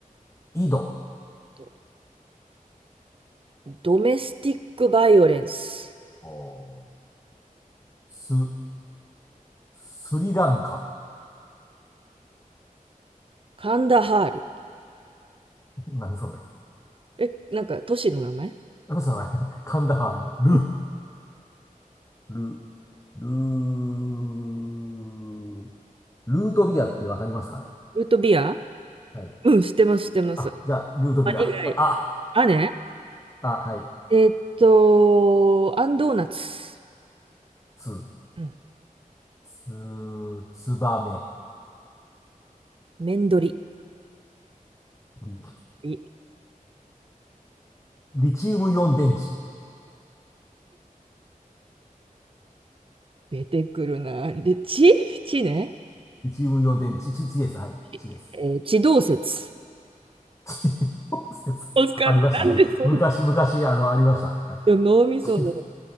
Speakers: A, on the left; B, on the right.
A: 井戸。
B: とドメスティックバイオレンス。
A: おーす、スリランカ。
B: カンダハール。
A: <laughs> なんでそうです。
B: え、なんか都市の名前
A: <laughs> 私の名前、カンダハール、
B: うん
A: ル、ル、ル、ルートビアってわかりますかね
B: ルートビア
A: はい。
B: うん、知ってます、知ってます。
A: あ、
B: あ、
A: じゃあ、ルートビア。
B: 以外。
A: <laughs> あ、
B: あね。
A: あ、はい。
B: えーっと、アンドーナツ。
A: つ、
B: うん。
A: つ、つばめ、
B: 麺り
A: リ、
B: い
A: リチウムイオン電池。
B: 出てくるな。で、地地ね。
A: リチウムイオン電池、ち、ちです。はい。
B: ちえー、
A: ちです。
B: 地動説。
A: <laughs> 地動説。
B: おっかなんでそん
A: ありましたね。昔、昔、あの、ありました。はい。
B: な脳みその。
A: 地動、